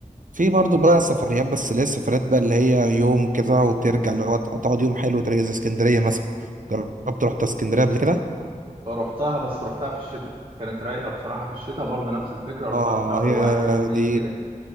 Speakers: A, on the right; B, on the right.
A: في برضو بقى سفريات بس اللي هي السفريات بقى اللي هي يوم كده وترجع اللي هو تقعد يوم حلو وترجع زي اسكندرية مثلا جربت رحت اسكندرية قبل كده
B: رحتها بس رحتها في الشتاء كانت رايقة بصراحة في الشتاء برضه نفس الفكرة رحتها
A: اه
B: في شهر
A: هي
B: واحد اتنين
A: دي
B: كده